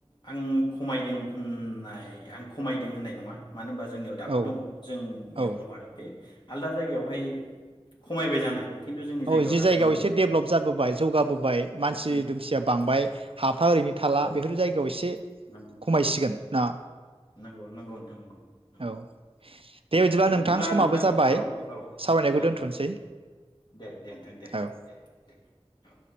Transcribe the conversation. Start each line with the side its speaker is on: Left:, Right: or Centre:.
Left: आं खमायदों होननाय आं खमायदों होननाय नङा। मानो होनबा जोंनियाव दाबो
Right: औ
Left: दङ जोंनियाव
Right: औ
Left: दङ आरो बे आलदा जायगायावहाय खमायबाय जानो हागौ। खिन्थु जोंनि
Right: औ
Left: जायगायाव
Right: जि
Left: दाबो दं आरो
Right: एसे डेभलप जाबोबाय जौगाबोबाय मानसि
Left: उम
Right: दुमसिया बांबाय
Left: औ नोंथां
Right: हाफा ओरै थाला
Left: औ नोंथां
Right: बेफोर जायगायाव एसे
Left: नंगौ
Right: खमायसिगोन। ना
Left: नंगौ नंगौ नोंथां नंगौ नंगौ
Right: औ दे
Left: औ बिदिब्ला
Right: समाबो
Left: नोंथां
Right: जाबाय
Left: औ औ
Right: सावरायनायखौ
Left: जाबाय
Right: दोनथ'नोसै
Left: नोंथां औ दे दे नोंथां दे
Right: औ
Left: दे दे औ